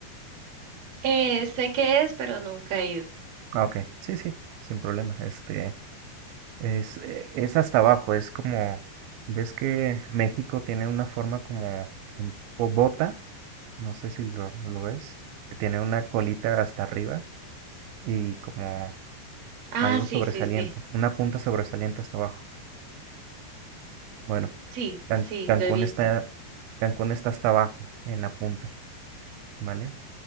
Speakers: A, on the right; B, on the right.
A: Eh, sé qué es, pero nunca he ido.
B: Ah, ok. Sí, sí, sin problema. Este, Es, eh, es hasta abajo, es como, ves que México tiene una forma como en tipo bota, no sé si lo, lo ves, que tiene una colita hasta arriba y como
A: Ah,
B: algo
A: sí,
B: sobresaliente,
A: sí, sí.
B: una punta sobresaliente hasta abajo. Bueno,
A: Sí,
B: Can-
A: sí,
B: Cancún
A: lo he visto.
B: está, Cancún está hasta abajo en la punta, ¿vale?